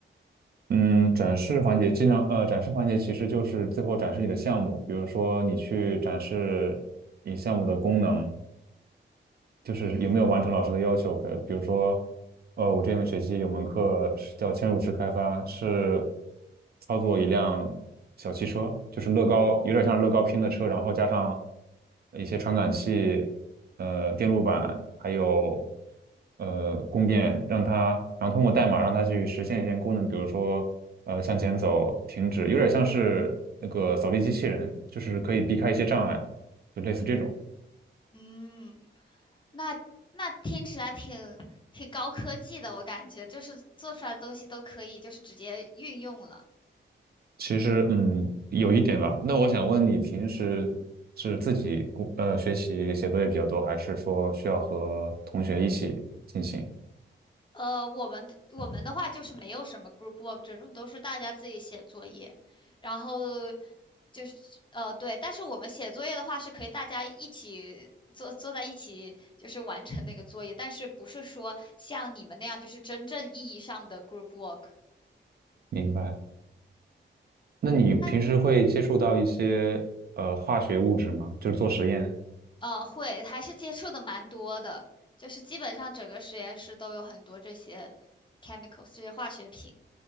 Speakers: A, on the right (about 50°); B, on the left (about 25°).
A: 嗯，展示环节经常呃，展示环节其实就是最后展示你的项目，比如说你去展示你项目的功能，就是有没有完成老师的要求？
B: 嗯
A: 可比如说，呃，我这门学期有门课是叫嵌入式开发，是操作一辆小汽车，就是乐高，有点像乐高拼的车，然后加上一些传感器、呃，电路板，还有呃供电，让它，然后通过代码让它去实现一些功能，比如说呃向前走、停止，有点像是那个扫地机器人，就是可以避开一些障碍，就类似这种。
B: 嗯。那那听起来挺挺高科技的，我感觉就是做出来的东西都可以，就是直接运用了。
A: 其实，嗯，有一点吧。那我想问你，平时是自己工呃学习写作业比较多，还是说需要和同学一起进行？
B: 呃，我们的我们的话就是没有什么 group work 这种，都是大家自己写作业，然后就是呃对，但是我们写作业的话是可以大家一起坐坐在一起，就是完成那个作业，但是不是说像你们那样就是真正意义上的 group work。
A: 明白。那你平时会接触到一些呃化学物质吗？
B: 那
A: 就是做实验，
B: 呃，会，还是接触的蛮多的，就是基本上整个实验室都有很多这些 chemicals 这些化学品。